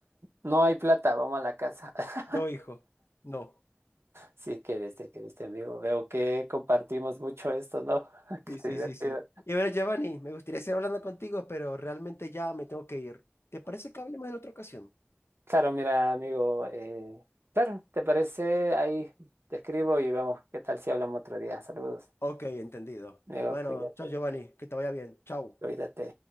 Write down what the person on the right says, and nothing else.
no hay plata, vamos a la casa. <laughs>
Sí, que viste, que viste, amigo. Veo que compartimos mucho esto, ¿no? <laughs>
Qué divertido.
Claro, mira, amigo, eh, claro, ¿te parece? Ahí te escribo y vemos qué tal si hablamos otro día. Saludos.
Amigo,
cuídate,
cuídate.